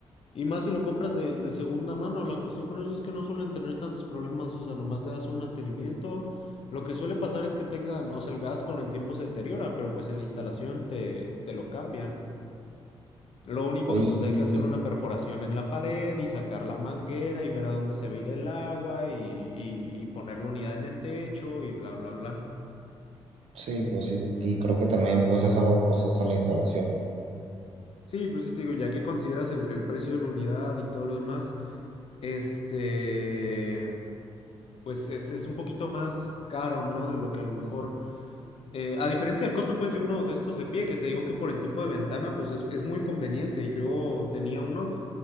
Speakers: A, on the left; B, on the right.
A: y más si lo compras de, de segunda mano, la cuestión con eso es que no suelen tener tantos problemas, o sea, nomás le das un mantenimiento. Lo que suele pasar es que tengan, o sea, el gas con el tiempo se deteriora, pero pues en la instalación te, te lo cambian. Lo único
B: Y
A: que pues hay que hacer una perforación en la pared y sacar la manguera y ver a dónde se va a ir el agua y, y, y poner la unidad en el techo y bla, bla, bla.
B: sí, pues sí, y creo que también pues es algo costosa la instalación.
A: Sí, pues yo te digo, ya que consideras el, el precio de la unidad y todo lo demás, este, pues es, es un poquito más caro, ¿no? De lo que a lo mejor, eh, a diferencia del costo, pues, de uno de estos de pie, que te digo que por el tipo de ventana, pues es, es muy conveniente. Yo tenía uno,